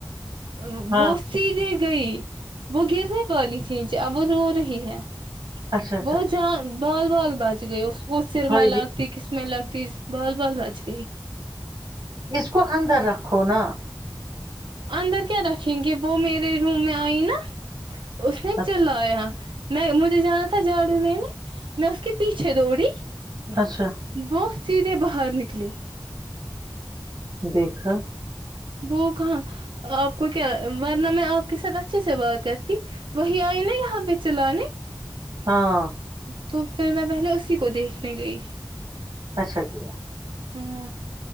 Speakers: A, on the right; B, on the right.
A: ا
B: ہاں
A: بوسی نے گئی وہ گرنے والی تھی ا وہ رو رہی ہے
B: اچھا اچھا
A: وہ
B: اچھا
A: جا ب سوال بیچ گئے اس وہ سر
B: ہاں
A: میں
B: یہ
A: لگتی کس میں لگتی بال بال بچ گئی
B: اس کو اندر رکھو نا
A: اندر کیا رکھیں گے وہ میرے روم میں آئی نا اس نے
B: اچھا
A: چلایا میں مجھے جانا تھا جاڑو میں نے میں اس کے پیچھے دوڑی
B: اچھا
A: وہ سیدھے باہر نکلی
B: دیکھا
A: وہ کہاں آپ کو کیا ورنہ میں آپ کے ساتھ اچھے سے بات کرتی وہی آئی نا یہاں پہ چلانے
B: ہاں
A: تو پھر میں پہلے اسی کو دیکھنے گئی
B: اچھا جہ
A: ہاں